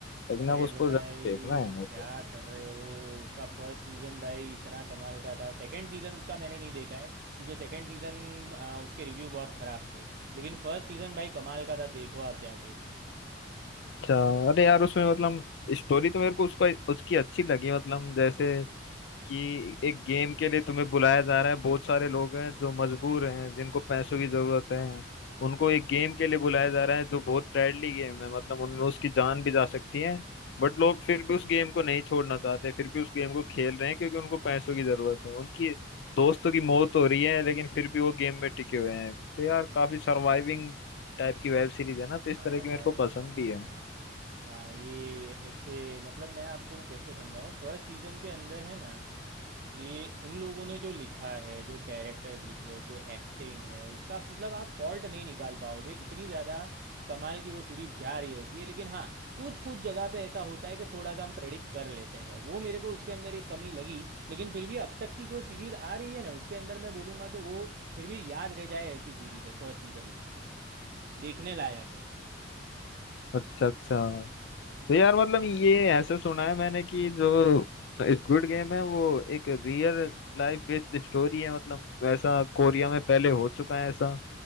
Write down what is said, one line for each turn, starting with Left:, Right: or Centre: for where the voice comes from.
Left: लेकिन
Right: अरे
Left: अब उसको
Right: भाई
Left: जरूर देखना है मेरे
Right: क्या
Left: को
Right: कर रहे हो उसका फर्स्ट सीज़न भाई इतना कमाल का था सेकंड सीज़न उसका मैंने नहीं देखा है क्योंकि सेकंड सीज़न उसके रिव्यू बहुत ख़राब थे लेकिन फर्स्ट सीज़न भाई कमाल का था देखो आप जाके
Left: अच्छा अरे यार उसमें मतलब स्टोरी तो मेरे को उसका उसकी अच्छी लगी मतलब जैसे कि एक गेम के लिए तुम्हें बुलाया जा रहा है बहुत सारे लोग हैं जो मजबूर हैं जिनको पैसों की जरूरत है उनको एक गेम के लिए बुलाया जा रहा है जो बहुत डेडली गेम है मतलब उनमें उसकी जान भी जा सकती है बट लोग फिर भी उस गेम को नहीं छोड़ना चाहते फिर भी उस गेम को खेल रहे हैं क्योंकि उनको पैसों की जरूरत है उनकी दोस्तों की मौत हो रही है लेकिन फिर भी वो गेम में टिके हुए हैं तो यार काफी सर्वाइविंग टाइप की वेब सीरीज है ना तो इस
Right: हाँ
Left: तरह की
Right: भाई
Left: मेरे को पसंद
Right: हाँ
Left: भी है
Right: हाँ हाँ ये इससे मतलब मैं आपको कैसे समझाऊँ फर्स्ट सीजन के अंदर है ना ये उन लोगों ने जो लिखा है जो कैरेक्टर्स लिखे हैं जो एक्टिंग है उसका मतलब आप फॉल्ट नहीं निकाल पाओगे इतनी ज़्यादा कमाल की वो सीरीज़ जा रही होती है लेकिन हाँ कुछ कुछ जगह पे ऐसा होता है कि थोड़ा सा हम प्रेडिक्ट कर लेते हैं वो मेरे को उसके अंदर एक कमी लगी लेकिन फिर भी अब तक की जो सीरीज़ आ रही है ना उसके अंदर मैं बोलूँगा कि वो फिर भी याद रह जाए ऐसी सीरीज़ है फर्स्ट सीज़न उसका देखने लायक है
Left: अच्छा अच्छा तो यार मतलब ये ऐसे सुना है मैंने कि जो स्क्विड गेम है वो एक रियल लाइफ बेस्ड स्टोरी है मतलब वैसा कोरिया में पहले हो चुका है ऐसा